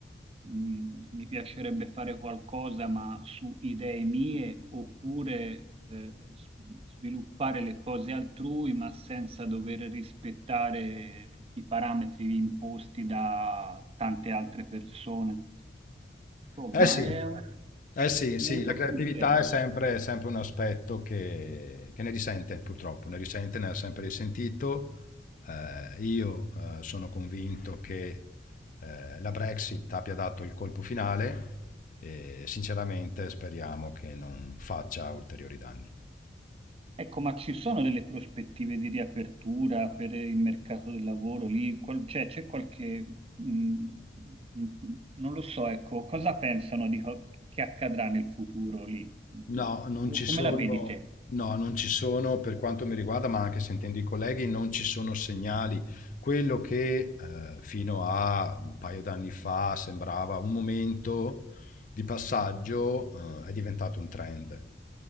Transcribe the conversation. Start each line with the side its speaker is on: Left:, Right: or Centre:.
Right: mh, mi piacerebbe fare qualcosa ma su idee mie oppure eh, s- sviluppare le cose altrui ma senza dover rispettare tutti i parametri imposti da tante altre persone. Insomma,
Left: Eh sì.
Right: è un
Left: Eh sì, sì,
Right: un mondo
Left: la creatività
Right: complesso.
Left: è sempre, è sempre un aspetto che, che ne risente, purtroppo, ne risente, ne ha sempre risentito. Eh, io eh, sono convinto che eh, la Brexit abbia dato il colpo finale e sinceramente speriamo che non faccia ulteriori danni.
Right: Ecco, ma ci sono delle prospettive di riapertura per il mercato del lavoro lì? Qual- cioè, c'è qualche... mh, mh, non lo so, ecco, cosa pensano di co- che accadrà nel futuro lì?
Left: No, non
Right: Co-
Left: ci
Right: come
Left: sono,
Right: la vedi te?
Left: no, non ci sono per quanto mi riguarda, ma anche sentendo i colleghi, non ci sono segnali. Quello che eh, fino a un paio d'anni fa sembrava un momento di passaggio, eh, è diventato un trend.